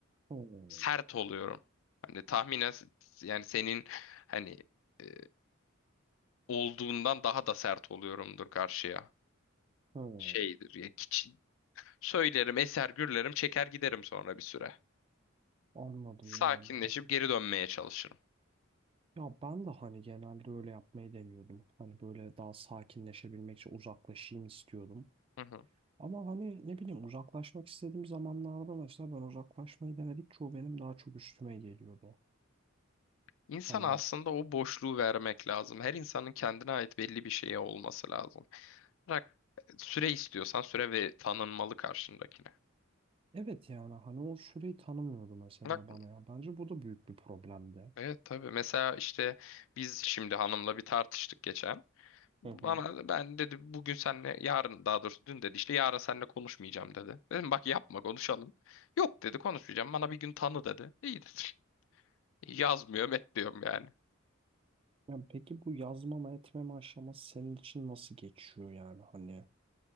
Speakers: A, on the right; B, on the left.
A: hı,
B: Sert oluyorum. Hani tahminen s- yani senin hani e, olduğundan daha da sert oluyorumdur karşıya.
A: hı.
B: Şeydir ya kiç- söylerim, eser gürlerim, çeker giderim sonra bir süre.
A: Anladım
B: Sakinleşip
A: yani. Ha.
B: geri dönmeye çalışırım.
A: Ya ben de hani genelde öyle yapmayı deniyordum. Hani böyle daha sakinleşebilmek için uzaklaşayım istiyordum.
B: Hı hı.
A: Ama hani ne bileyim uzaklaşmak istediğim zamanlarda mesela ben uzaklaşmayı denedik çoğu benim daha çok üstüme geliyordu.
B: İnsana
A: Hani
B: aslında o boşluğu vermek lazım. Her insanın kendine ait belli bir şeye olması lazım. Bırak süre istiyorsan süre ve tanınmalı karşındakine.
A: evet yani hani o süreyi tanımıyordu mesela
B: Bak,
A: bana ya. Bence bu da büyük bir problemdi.
B: evet tabii. Mesela işte biz şimdi hanımla bir tartıştık geçen. Bana
A: Hı hı.
B: ben dedi bugün senle yarın daha doğrusu dün dedi işte yarın seninle konuşmayacağım dedi. Dedim bak yapma konuşalım. Yok dedi konuşmayacağım bana bir gün tanı dedi. İyi dedim. <laughs> Yazmıyor bekliyorum yani.
A: Yani peki bu yazmama etmeme aşaması senin için nasıl geçiyor yani hani?